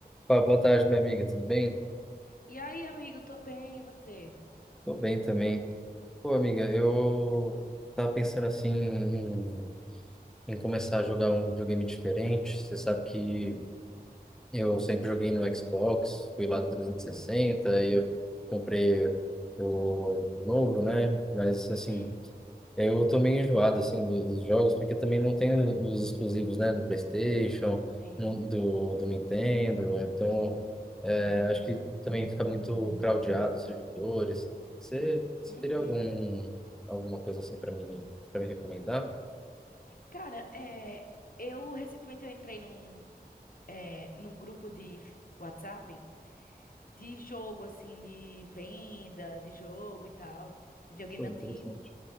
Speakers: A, in the centre; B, on the left (about 60°).
A: Pá, boa tarde, minha amiga, tudo bem?
B: E aí, amigo, tô bem, e você?
A: Tô bem também. Pô, amiga, eu tava pensando assim em, em começar a jogar um videogame diferente. Você sabe que eu
B: Hum,
A: sempre joguei no Xbox, fui lá do 360 e
B: Uhum,
A: sessenta e eu comprei o o novo, né? Mas assim,
B: uhum,
A: eu tô meio enjoado assim do- dos jogos, porque também não tem os exclusivos, né, do PlayStation,
B: sim.
A: no- do, do Nintendo, então É, acho que também fica muito crowdado os servidores. Você, você
B: Uhum.
A: teria algum, alguma coisa assim para mim, para me recomendar?
B: Cara, é, eu recentemente eu entrei num, é, num grupo de f- WhatsApp de jogo, assim, de venda de jogo e tal, videogame
A: Pô,
B: antigo.
A: interessante.